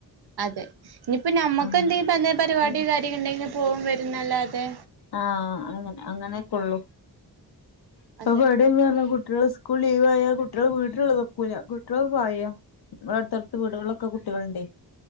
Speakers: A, on the right; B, on the left.
A: അതെ ഇനിപ്പ നമ്മുക്ക്
B: ആഹ്
A: എന്തെങ്കും പലേ പരിപാടി
B: ഉം
A: <unintelligible> ഉണ്ടെങ്കിൽ പോകും വരുന്നല്ലാതെ
B: ആ അങ്ങനെ അങ്ങനെക്കൊള്ളു ഇപ്പൊ
A: അതെ
B: പേടിന്നുലകുട്ട് കുട്ടിൾ സ്കൂള് ലീവായാ കുട്ടിൾ വീട്ടിലക്കൂല്ല കുട്ടിൾ പായ അടുത്തടുത്ത് വീടുകള ഒക്കെ കുട്ടികളുണ്ട്